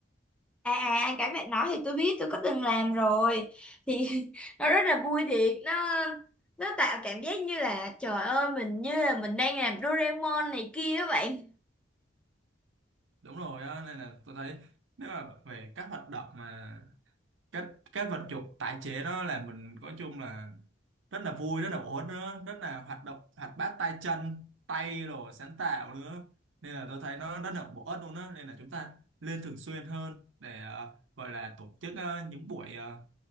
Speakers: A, in the centre; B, on the right (about 80°).
A: à à à, cái bạn nói thì tôi biết tôi có từng làm rồi thì <laughs> nó rất là vui thiệt nó nó tạo cảm giác như là trời ơi mình như là mình đang làm Doraemon này kia các bạn
B: đúng rồi á nên là tôi thấy nếu mà về các hoạt động mà cái cái vật dụng tái chế nó là mình nói chung là rất là vui rất là ổn nữa rất là hoạt động hoạt bát tay chân tay rồi sáng tạo nữa nên là tôi thấy nó rất là bổ ích luôn đó nên là chúng ta nên thường xuyên hơn để ờ, gọi là tổ chức ờ, những buổi ờ,